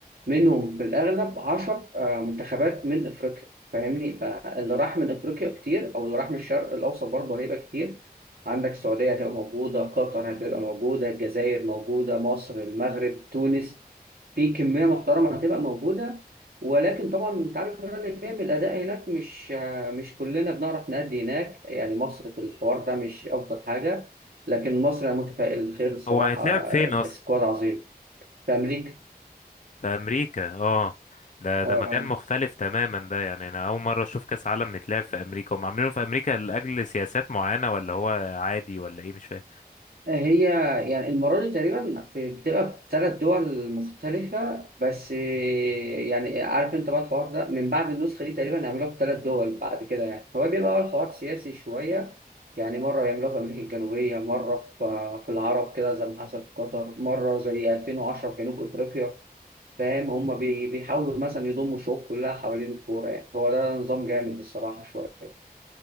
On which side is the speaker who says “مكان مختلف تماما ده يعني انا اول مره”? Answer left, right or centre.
Left